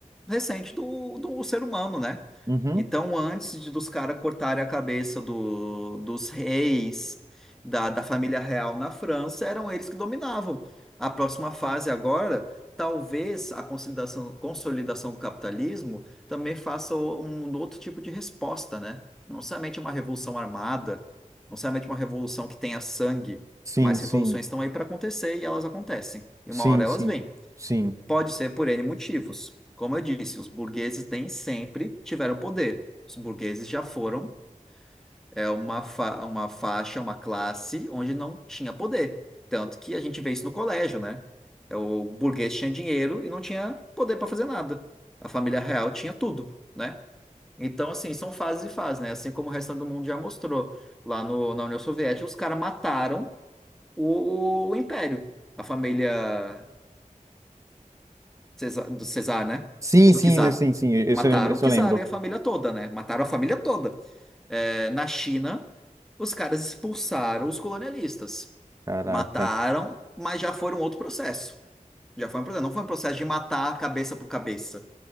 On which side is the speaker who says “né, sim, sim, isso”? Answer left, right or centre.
Right